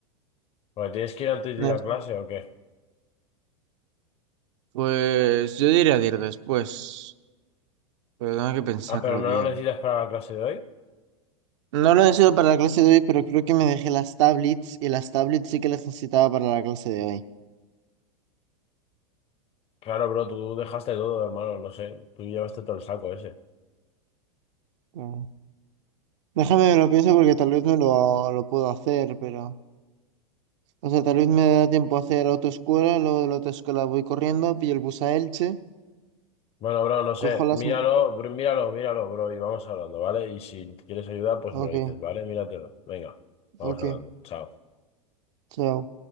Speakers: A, on the left (about 35°); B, on the right (about 60°).
A: Porque tienes que ir antes
B: No,
A: de ir a clase o qué.
B: Pues yo diría de ir después, pero tengo que pensarlo
A: Ah, pero no
B: bien.
A: lo necesitas para la clase de hoy.
B: No lo necesito para la clase de hoy, pero creo que me dejé las tablets y las tablets sí que las necesitaba para la clase de
A: Claro, bro, tú dejaste todo, hermano, no sé. Tú llevaste todo el saco ese.
B: hoy. Déjame, lo pienso porque tal vez me lo, lo puedo hacer, pero... O sea, tal vez me da tiempo a hacer autoescuela, luego de la autoescuela voy corriendo, pillo el bus a Elche,
A: Bueno, bro, no sé,
B: cojo las...
A: míralo, br- míralo, míralo, bro, y vamos hablando, ¿vale? Y si quieres ayuda, pues
B: Ok,
A: me lo dices, ¿vale? Míratelo. Venga, vamos
B: ok,
A: hablando. Chao.
B: chao.